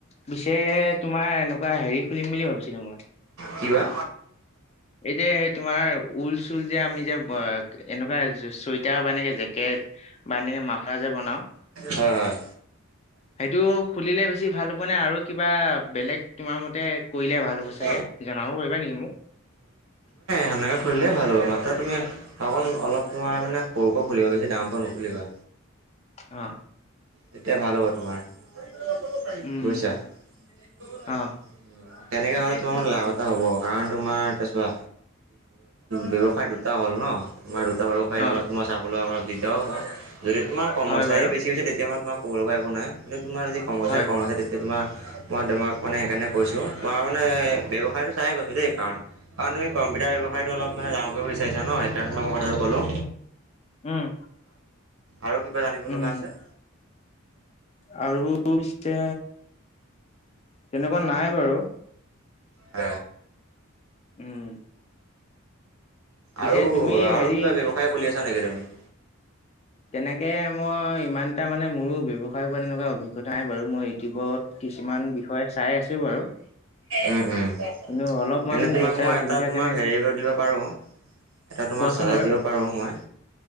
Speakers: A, on the left; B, on the right.
A: পিছে তোমাৰ এনেকুৱা হেৰি খুলিম বুলি ভাবিছিলো মই।
B: কি বা?
A: এই যে তোমাৰ ঊল চুল যে আমি যে এনেকুৱা চুৱেটাৰ বা এনেকে জেকেট মানে মাৰফালৰ যে বনাওঁ।
B: হয় হয়।
A: সেইটো খুলিলে বেছি ভাল হব নে আৰু কিবা বেলেগ তোমাৰ মতে কৰিলে ভাল হ'ব? চাগে
B: <unintelligible>
A: জনাব পাৰিবা নেকি মোক?
B: সেনেকে খুলিলে ভাল হ'ব মাত্ৰ তুমি অকণ অলপ তোমাৰ মানে সৰুকৈ খুলিবা বেছি ডাঙৰকৈ নুখুলিবা।
A: অ।
B: তেতিয়া ভাল হ'ব তোমাৰ। <unintelligible>
A: উম,
B: বুইছা <unintelligible>
A: অ',
B: তেনেকে হলে তোমাৰ লাভ এটা হ'ব, কাৰণ তোমাৰ এতিয়া চোৱা ব্যৱসায় দুটা হ'ল ন? তোমাৰ দুটা ব্যৱসায়
A: অ',
B: অলপ তোমাৰ চাবলৈ অলপ দিগদাও হব। যদি তোমাৰ কৰ্মচাৰী
A: হয় বাৰু
B: বেছি হৈছে তেতিয়া তোমাক ক'ব লগা একো নাই, কিন্তু তোমাৰ যদি কৰ্মচাৰী
A: হয়।
B: কম আছে তেতিয়া তোমাৰ মই তোমাক মানে সেইকাৰণে কৈছো, কুৱা মানে ব্যৱসায়টো চাই কৈছো দেই কাৰণ, কাৰণ তুমি কম্পিটাৰ ব্যৱসায়টো অলপ মানে ডাঙৰ কৰিব বিচাৰিছ ন? <unintelligible> মই কথাটো ক'লো।
A: উম।
B: আৰু কিবা জানিব
A: উম
B: লগা আছে
A: আৰু পিছে তেনেকুৱা নাই বাৰু
B: হ
A: উম পিছে
B: আৰু
A: তুমি
B: আৰু
A: হেৰি
B: কিবা ব্যৱসায় খুলি আছা নেকি তুমি
A: তেনেকে মই ইমান এটা মানে মোৰো ব্যৱসায়ৰ পৰা এনেকুৱা অভিজ্ঞতা নাই বাৰু মই ইউটিউবত কিছুমান বিষয় চাই আছো বাৰু
B: উম উম
A: কিন্তু অলপমান
B: এনেই
A: মোৰ
B: তোমাক
A: পইচাৰ
B: মই
A: অসুবিধাৰ
B: এটা তোমাক
A: কাৰণে
B: হেৰি কৰি দিব পাৰো এটা তোমাৰ
A: কোৱাচোন
B: চানচ
A: বাৰু
B: ৰ্দিব পাৰোঁ মই